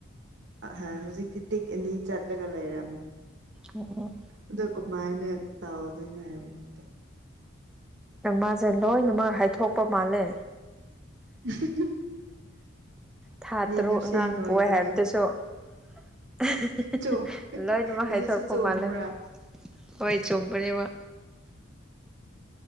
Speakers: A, on the right; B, in the centre.
A: ꯑꯍ ꯍꯧꯖꯤꯛꯇꯤ ꯇꯤꯛ ꯑꯅꯤ ꯆꯠꯂꯒ ꯂꯩꯔꯝꯃꯦ
B: ꯑꯣ
A: ꯑꯗꯨꯗꯀꯣ ꯃꯥꯏꯅꯦ ꯇꯥꯎꯗꯅ ꯍꯥꯏꯕꯠꯇ
B: ꯃꯥꯁꯦ ꯂꯣꯏꯅꯃꯛ ꯍꯥꯏꯊꯣꯛꯄ ꯃꯥꯜꯂꯦ
A: ꯎ <unintelligible>
B: ꯊꯥ ꯇꯔꯨꯛ
A: ꯅꯨꯡꯁꯦ
B: ꯑꯉꯥꯡ
A: ꯅꯣꯏꯕꯒꯤ
B: ꯄꯣꯛ ꯍꯥꯏꯕꯗꯨꯁꯨ <unintelligible>
A: ꯆꯨꯝ
B: ꯂꯣꯏꯅ ꯃꯍ
A: ꯑꯗꯨꯁꯨ
B: ꯍꯥꯏ ꯊ ꯀꯃꯜꯦ
A: ꯆꯨꯝꯕ꯭ꯔꯥ
B: ꯍꯣꯏ ꯆꯨꯝꯄꯅꯦꯕ